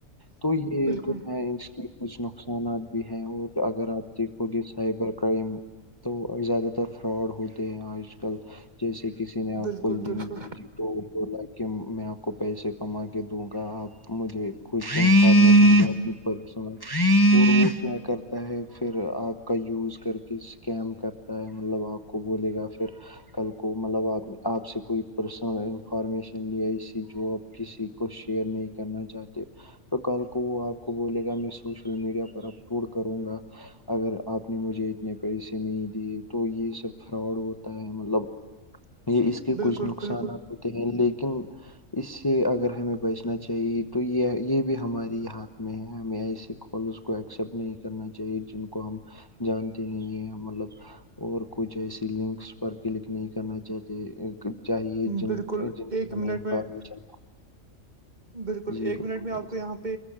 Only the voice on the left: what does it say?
تو یہ
جو ہے اس کی کچھ نقصانات بھی ہیں اور اگر آپ دیکھو گے سائبر کرائم تو زیادہ تر فراڈ ہوتے ہیں آج کل جیسے کسی نے
آپ کو لنک
بھیجی تو بولا کہ میں آپ کو پیسے کما کے دوں گا آپ مجھے انفارمیشن اور وہ کیا کرتا ہے پھر آپ کا یوز کر کے اسکیم کرتا ہے مطلب آپ کو بولے گا پھر کل کو مطلب آپ آپ سے کوئی پرسنل انفارمیشن لیا اسی جو آپ کسی کو شیئر نہیں کرنا چاہتے تو کل کو وہ آپ کو بولے گا میں سوشل میڈیا پر اپلوڈ کروں گا اگر آپ نے مجھے اتنے پیسے نہیں دیے تو یہ سب فراڈ ہوتا ہے مطلب
یہ اس کے
کچھ نقصانات
ہوتے ہیں لیکن اس سے اگر ہمیں بیچنا چاہیے تو یہ یہ بھی ہماری ہاتھ میں ہے ہمیں ایسے کال کو ایکسپٹ نہیں کرنا چاہیے جن کو ہم جانتے نہیں ہیں مطلب اور کچھ ایسی لنکس پر کلک نہیں کرنا چاہتے چاہیے جن
جن
کی ہمیں
<inaudible>
ہو جی
بالکل
بھائی
جان